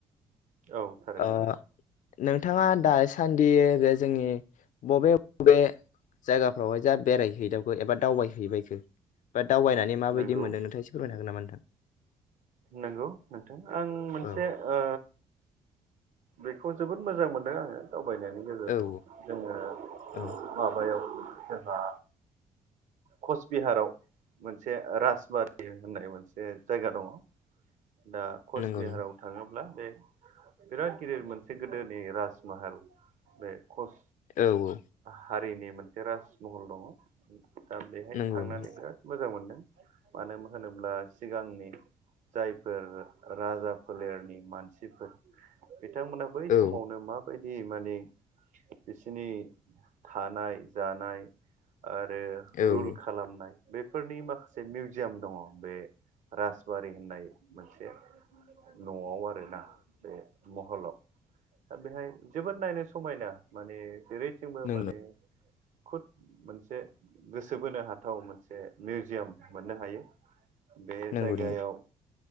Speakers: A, on the right; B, on the left.
A: औ थारैनो।
B: ओ नोंथाङा दासान्दि बे जोंनि बबे-बबे जायगाफ्रावहाय जा बेरायहैदावखो एबा दावबायहैबायखो बा दावबायनानै माबायदि
A: नंगौ
B: मोनदों नोंथां एसे फोरमायनो हागोन नामा नोंथां?
A: नंगौ नोंथां आं मोनसे
B: औ
A: ओ बेखौ जोबोद मोजां मोनदों आङो दा बायनायनि गेजेरजों
B: औ
A: जोङो
B: औ
A: माबायाव जोंहा कच बिहाराव मोनसे राजबारि होननाय मोनसे जायगा दङ। दा कच
B: नंगौ
A: बिहाराव
B: नंगौ
A: थाङो ब्ला बे बिराद गिदिर मोनसे गोदोनि राजमाहाल बे कस
B: औ औ
A: हारिनि मोनसे राजमहल दङ। दा बेहाय
B: नंगौ
A: थांनानै
B: नंगौ
A: बिराद मोजां मोनदों मानो होनोब्ला सिगांनि। जायफोर राजा फोलेरनि मानसिफोर। बिथांमोना बै
B: औ
A: समावनो माबाय दि माने बिसिनि थानाय जानाय आरो
B: औ
A: रुल
B: औ
A: खालामनाय बेफोरनि माखासे मिउजियाम दङ बे राजबारि होननाय मोनसे न'आव आरोना बे महलाव। दा बेहाय जोबोद नायनो समायना माने जेरैथिंबो
B: नंगौ
A: माने खुद मोनसे। गोसो बोनो हाथाव मोनसे मिउजियाम मोननो हायो। बे
B: नंगौ
A: जायगायाव।
B: नंगौ